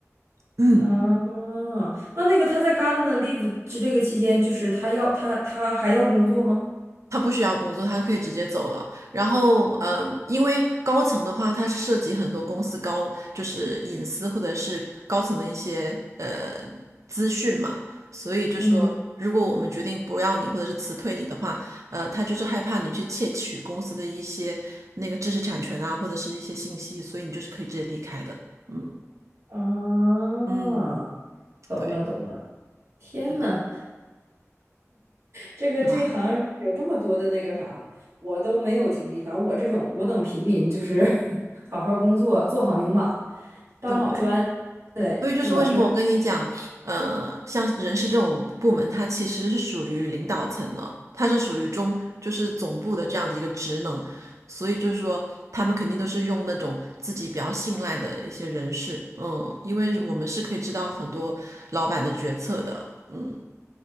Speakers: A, on the right; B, on the right.
A: 嗯，
B: 啊，那那个他在 Gardener l i v e 之这个期间，就是他要他他还要工作吗？
A: 他不需要工作，他可以直接走了。然后，嗯，因为高层的话，它是涉及很多公司高就是隐私或者是高层的一些呃资讯嘛，所以就说如果我们决定不要你或者是辞退你的话，
B: 嗯，
A: 呃，他就是害怕你去窃取公司的一些那个知识产权啊，或者是一些信息，所以你就是可以直接离开的。嗯。
B: 啊，
A: 嗯，
B: 懂了懂了。
A: 对，
B: 天呐，
A: 是的，
B: 这个这一行有这么多的那个啥，
A: 是吧？
B: 我都没有经历。反正我这种，我等平民就是 <laughs> 好好工作，做好牛马，搬好砖，
A: 对，
B: 对，
A: 所以就是为什么我跟你讲，
B: 就完事儿了。
A: 呃，像人事这种部门，它其实是属于领导层了，它是属于中，就是总部的这样子一个职能，所以就是说，他们肯定都是用那种自己比较信赖的一些人事，嗯，因为我们是可以知道很多老板的决策的，嗯，